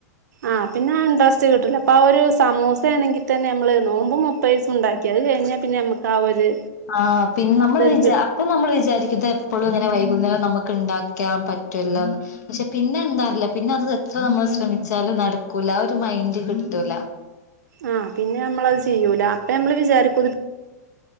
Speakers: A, on the right; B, on the left.
A: ആഹ് പിന്നെ ആ ഇൻട്രസ്റ്റ് കിട്ടൂല അപ്പൊ ആ ഒരു സമൂസയാണെങ്കിൽ തന്നെ നമ്മള് നോമ്പ് മുപ്പയിസം ഉണ്ടാക്കി അത് കഴിഞ്ഞാൽ പിന്നെ നമുക്ക് ആ ഒരു
B: ആ പിന്നെ നമ്മൾ
A: ഇതൊരു
B: വിച അപ്പൊ നമ്മൾ വിചാരിക്കും ത് എപ്പോഴും അങ്ങനെ വൈകുന്നേരം നമുക്ക് ണ്ടാക്കാൻ പറ്റോല്ലോന്ന് പക്ഷെ പിന്നെ ന്താറില്ല പിന്നെ അത് എത്ര നമ്മൾ ശ്രമി ച്ചാലും നടക്കൂല ആ ഒരു മൈൻഡ് കിട്ടൂല.
A: ആ പിന്നെ നമ്മളത് ചെയ്യൂല, അപ്പൊ മ്മള് വിചാരികും